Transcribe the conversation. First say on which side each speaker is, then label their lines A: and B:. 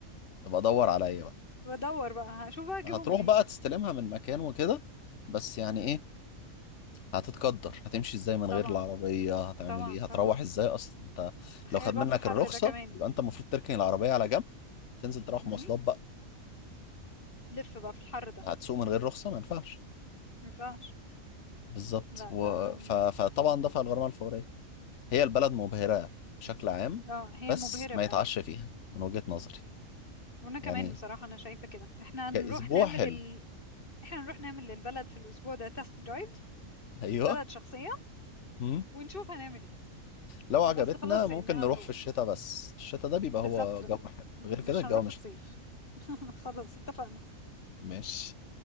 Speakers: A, on the left (about 60°); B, on the left (about 40°).
A: ابقى دور عليا بقى
B: بدور بقى هشوف بقى اجيبه
A: هتروح
B: منين
A: بقى تستلمها من مكان وكده بس يعني
B: امم
A: ايه هتتقدر هتمشي ازاي من
B: طبعا
A: غير العربية هتعمل
B: طبعا
A: ايه هتروح
B: طبعا
A: ازاي اصلا انت
B: تخيل
A: لو خد
B: بقى
A: منك
B: في الحر
A: الرخصة
B: ده كمان
A: يبقى انت المفروض تركن العربية على جنب تنزل تروح
B: امم
A: مواصلات بقى
B: لف بقى في الحر ده
A: هتسوق من غير رخصة ما ينفعش
B: مينفعش
A: بالظبط
B: لا
A: و...
B: ده
A: ف... فطبعا دفع الغرامة الفورية هي البلد مبهرة بشكل عام
B: اه هي
A: بس
B: مبهرة
A: ما
B: فعلا
A: يتعش فيها من وجهة نظري
B: وانا كمان
A: يعني
B: بصراحة انا شايفة كده احنا نروح
A: كأسبوع
B: نعمل
A: حلو
B: ال... احنا نروح نعمل للبلد في الاسبوع ده تest درايف
A: <laughs> أيوه
B: البلد شخصيا
A: مم.
B: ونشوف هنعمل ايه
A: لو عجبتنا
B: بس خلاص يعني
A: ممكن
B: هنروح
A: نروح في الشتاء بس الشتاء ده بيبقى
B: بالظبط
A: هو جو حلو
B: مش
A: غير كده الجو
B: هنروح
A: مش
B: في الصيف <laughs> خلاص اتفقنا
A: ماشي